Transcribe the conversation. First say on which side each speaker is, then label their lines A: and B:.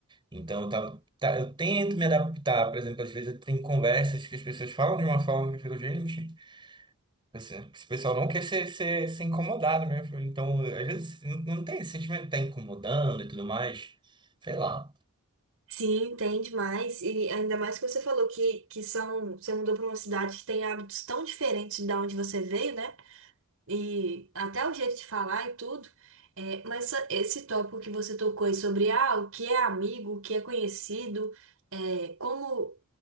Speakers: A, on the right; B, on the right.
A: Então, tá, tá, eu tento me adaptar. Por exemplo, às vezes eu tenho conversas que as pessoas falam de uma forma que eu fico, gente. Esse esse pessoal não quer ser, ser, ser incomodado mesmo. Então, às vezes, não, não tem esse sentimento de tá incomodando e tudo mais. Sei lá.
B: Sim, tem demais. E ainda mais que você falou que, que são, você mudou para uma cidade que tem hábitos tão diferentes da onde você veio, né? e até o jeito de falar e tudo. É, mas essa- esse tópico que você tocou aí sobre ah, o que é amigo, o que é conhecido, é, como,